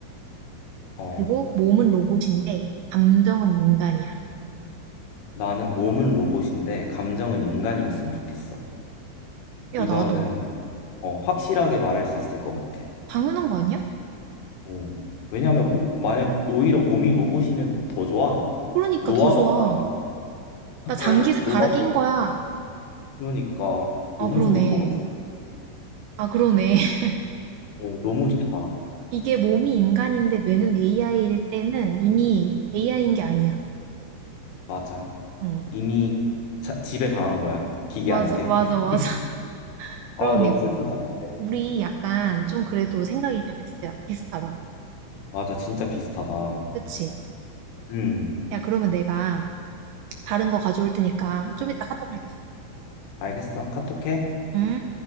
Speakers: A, on the left; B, on the right.
A: 어,
B: 그리고 몸은 로봇인데 감정은 인간이야.
A: 나는 몸은 로봇인데 감정은 인간이었으면 좋겠어.
B: 야,
A: 이거는
B: 나도.
A: 어, 확실하게 말할 수 있을 것 같아.
B: 당연한 거 아니야?
A: 오. 왜냐하면 뭐, 만약 오히려 몸이 로봇이면 더 좋아.
B: 그러니까
A: 노화가
B: 더 좋아.
A: 없잖아.
B: 나 장기
A: <laughs>
B: 갈아
A: 노화도.
B: 낀 거야.
A: 그러니까 너무
B: 아, 그러네.
A: 좋을 것 같아.
B: 아, 그러네. <laughs>
A: 오, 너무 좋다.
B: 이게 몸이 인간인데 뇌는 AI일 때는 이미 AI인 게 아니야.
A: 맞아.
B: 응.
A: 이미 자- 지배 당한 거야. 기계한테.
B: 맞아, 맞아,
A: <laughs>
B: 맞아. <laughs>
A: 아,
B: 그러네.
A: 너무 슬프다, 근데.
B: 우리 약간 좀 그래도 생각이 다 비슷해, 비슷하다.
A: 맞아, 진짜 비슷하다.
B: 그치?
A: 음,
B: 야, 그러면 내가 다른 거 가져올 테니까 좀 이따 카톡 할게.
A: 알겠어. 카톡해.
B: 응?